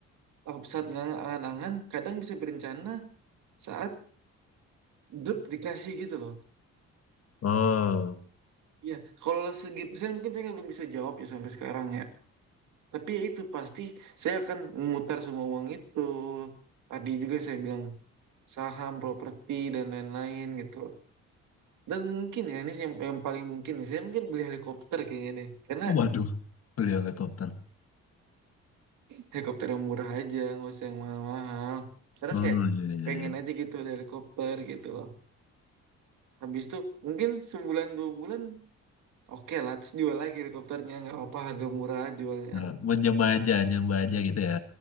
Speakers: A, on the right; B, on the left.
A: ap- saat ngangan-angan kadang bisa berencana saat grup dikasih gitu loh
B: Oh,
A: iya kalau segi persen mungkin saya belum bisa jawab ya sampai sekarang ya tapi ya itu pasti saya akan memutar semua uang itu tadi juga saya bilang saham properti dan lain-lain gitu dan mungkin ya ini yang, yang paling mungkin nih saya mungkin beli helikopter kayaknya deh karena
B: oh, waduh. Beli helikopter.
A: helikopter yang murah aja nggak usah yang mahal-mahal karena
B: Oh,
A: kayak
B: iya, iya,
A: pengen
B: iya.
A: aja gitu ada helikopter gitu loh habis itu mungkin sebulan dua bulan oke lah terus jual lagi helikopternya nggak apa harga murah jualnya
B: Nah, Mencoba aja, nyoba aja gitu ya.